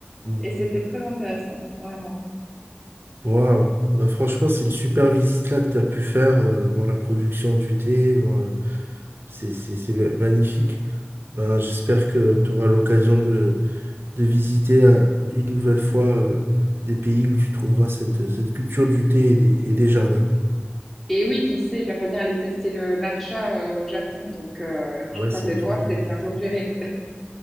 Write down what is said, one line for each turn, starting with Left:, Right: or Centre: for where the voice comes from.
Right: Mm.
Centre: Et c'était très intéressant, vraiment.
Right: Waouh. Bah, franchement, c'est une super visite là que tu as pu faire, euh, voir la production du thé, voir- euh, c'est c'est- c'est magnifique. Ben, j'espère que tu auras l'occasion de de visiter euh, une nouvelle fois euh, des pays où tu trouveras cette, euh, cette culture du thé et des, et des jardins.
Centre: Et oui, qui sait, j'aimerais bien aller tester le matcha euh, au Japon. Donc, euh, je
Right: Ouais,
Centre: croise
Right: c'est
Centre: les
Right: une super
Centre: doigts, peut-être
Right: idée.
Centre: qu'un jour j'irai.